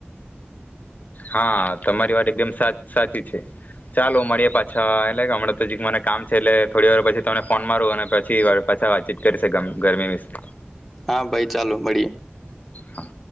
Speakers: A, on the left (about 40°); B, in the centre.
A: હા તમારી વાત એકદમ સા સાચી છે. ચાલો મળીએ પાછા એટલે હમણાં તો મને કામ છે એટલે થોડી વાર પછી ત ફોન મારૂ અને પછી પાછા વાતચીત કરી છે ગરમી વિશે,
B: હા ભાઈ ચાલો મળીએ
A: હા.